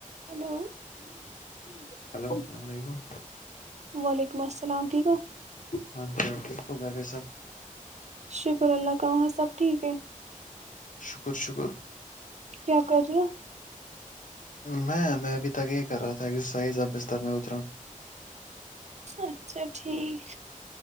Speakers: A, on the right (about 55°); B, on the left (about 70°).
A: ہلو
B: ہلو السلام علیکم
A: وعلیکم السلام ٹھیک ہو
B: ہاں ج ٹھیک کر رہ
A: شکر اللہ کہاں سب ٹھیک ہے
B: شکر شکر
A: کیا کر رہے ہیں
B: میں میں ابھی تک یہ کر رہا تھا ایکسرسائز اب بستر میں اترا
A: اچھا ٹھیک